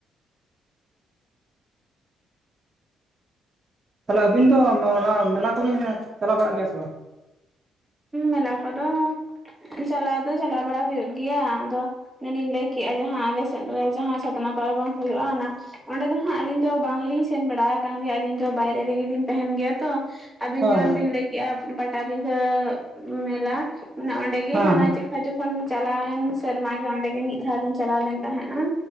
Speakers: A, on the right; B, in the centre.
A: ᱛᱟᱦᱚᱞᱮ ᱟᱹᱵᱤᱱ ᱫᱚ ᱚᱱᱟ ᱢᱮᱞᱟ ᱠᱚᱵᱤᱱ ᱪᱟᱞᱟᱣ ᱵᱟᱲᱟᱜ ᱜᱮᱭᱟ ᱥᱮ ᱵᱟᱝ?
B: ᱢᱮᱞᱟ ᱠᱚ ᱫᱚ ᱪᱟᱞᱟᱣ ᱫᱚ ᱪᱟᱞᱟᱣ ᱵᱟᱲᱟ ᱦᱩᱭᱩᱜ ᱜᱮᱭᱟ ᱟᱫᱚᱼᱼ ᱚᱱᱮᱞᱤᱧ ᱞᱟᱹᱭ ᱠᱮᱜᱼᱟ ᱡᱟᱦᱟᱸ ᱟᱞᱮᱥᱮᱫ ᱨᱮ ᱡᱟᱦᱟᱸ ᱪᱷᱟᱛᱱᱟ ᱯᱟᱨᱵᱚᱱ ᱦᱩᱭᱩᱜᱼᱟ ᱚᱱᱟᱼᱼ ᱚᱸᱰᱮ ᱫᱚ ᱦᱟᱸᱜ ᱟᱹᱞᱤᱧ ᱫᱚ ᱵᱟᱝᱞᱤᱧ ᱥᱮᱱ ᱵᱟᱲᱟ ᱟᱠᱟᱱ ᱜᱮᱭᱟ ᱟᱹᱞᱤᱧ ᱫᱚ ᱵᱟᱭᱨᱮ ᱨᱮᱜᱮᱞᱤᱧ ᱛᱟᱦᱮᱱ ᱜᱮᱭᱟ ᱛᱚᱼᱼ ᱟᱹᱵᱤᱱ
A: ᱦᱮᱸ
B: ᱡᱮᱢᱚᱱ
A: ᱦᱮᱸ
B: ᱵᱤᱱ ᱞᱟᱹᱭ ᱠᱮᱫᱼᱟ ᱯᱟᱴᱟᱵᱤᱸᱷᱟᱹ ᱢᱮᱞᱟ ᱚᱱᱟ ᱚᱸᱰᱮᱜᱤ
A: ᱦᱮᱸ
B: ᱦᱟᱱᱟ
A: ᱦᱮᱸ
B: ᱪᱮᱠᱷᱟ ᱡᱚᱠᱷᱚᱱ ᱪᱟᱞᱟᱣᱮᱱ ᱥᱮᱨᱢᱟ ᱜᱮ ᱚᱸᱰᱮ ᱜᱮ ᱢᱤᱫ ᱫᱷᱟᱣ ᱞᱤᱧᱼᱼ ᱪᱟᱞᱟᱣ ᱞᱮᱱ ᱛᱟᱦᱮᱸᱜᱼᱟ